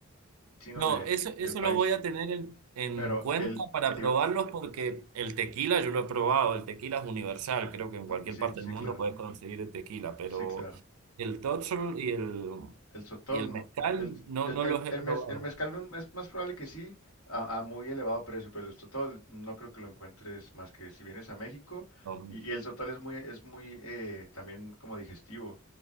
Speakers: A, on the left; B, on the right.
A: sino
B: No,
A: de
B: eso, eso
A: del país.
B: lo voy a tener en, en
A: Pero
B: cuenta
A: el
B: para
A: tío,
B: probarlos porque el tequila yo lo he probado, el tequila es universal, creo que en cualquier
A: sí,
B: parte
A: sí,
B: del mundo
A: claro,
B: puedes conseguir el tequila, pero
A: sí, claro.
B: el totxol y el,
A: El sotol,
B: y el mezcal
A: no- el,
B: no,
A: el,
B: no
A: el-
B: los he
A: el
B: probado.
A: mez- el mezcal mm, es más probable que sí, a, a muy elevado precio, pero el sotol no creo que lo encuentres más que si vienes a México.
B: No,
A: Y, y el sotol es muy, es muy eh, también como digestivo.